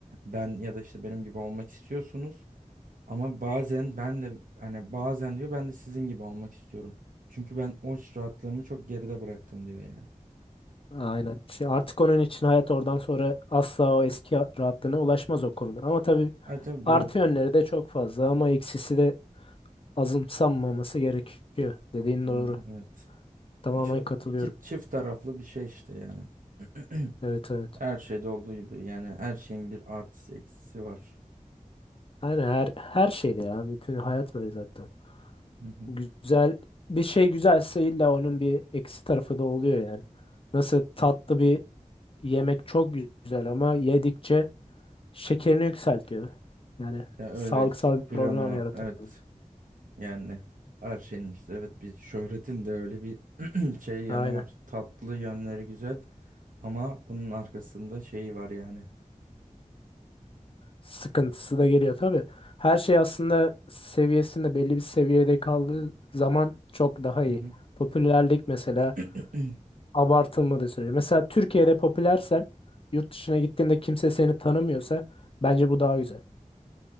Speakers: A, on the right (about 80°); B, on the left (about 45°).
A: ben ya da işte benim gibi olmak istiyorsunuz ama bazen ben de hani bazen diyor ben de sizin gibi olmak istiyorum. Çünkü ben o rahatlığımı çok geride bıraktım diyor yani.
B: Aynen. Şey, artık onun için hayat oradan sonra asla o eski rahatlığına ulaşmaz o konuda. Ama tabii
A: Ay tabii biraz
B: artı yönleri de çok fazla ama eksisi de azımsanmaması gerekiyor. Dediğin
A: <clears throat>
B: doğru.
A: evet.
B: Tamamen
A: İşte
B: katılıyorum.
A: iki çift taraflı bir şey işte yani. <clears throat>
B: Evet evet.
A: Her şeyde olduğu gibi yani her şeyin bir artısı eksisi var.
B: Yani her her şeyde ya. Bütün hayat böyle zaten.
A: Hı hı.
B: Güzel bir şey güzelse illa onun bir eksi tarafı da oluyor yani. Nasıl tatlı bir yemek çok güzel ama yedikçe şekerini yükseltiyor. Yani
A: Ya öyle
B: sağlıksal bir
A: kilonu
B: problem yaratıyor.
A: evet yani her şeyin işte evet bir şöhretin de öyle bir <clears throat> şey yanı
B: Aynen.
A: var. Tatlı yönleri güzel ama bunun arkasında şeyi var yani.
B: sıkıntısı da geliyor tabii. Her şey aslında seviyesinde belli bir seviyede kaldığı zaman çok daha
A: Hı
B: iyi.
A: hı.
B: Popülerlik mesela
A: <clears throat>
B: abartılmadığı sürece. Mesela Türkiye'de popülersen yurt dışına gittiğinde kimse seni tanımıyorsa bence bu daha güzel.